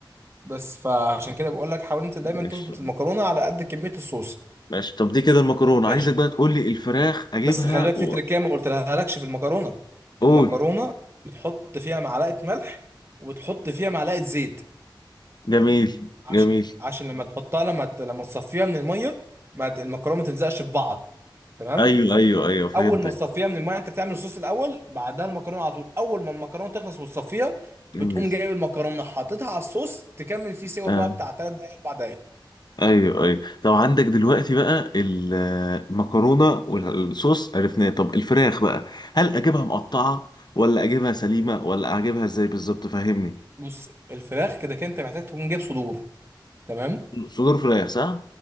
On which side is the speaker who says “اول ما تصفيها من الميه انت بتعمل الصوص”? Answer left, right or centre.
Right